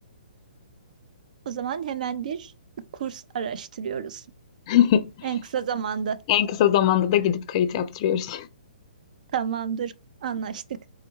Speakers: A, on the right; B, on the left.
A: O zaman hemen bir kurs araştırıyoruz.
B: <laughs>
A: En kısa zamanda.
B: En kısa zamanda da gidip kayıt yaptırıyoruz.
A: Tamamdır. Anlaştık.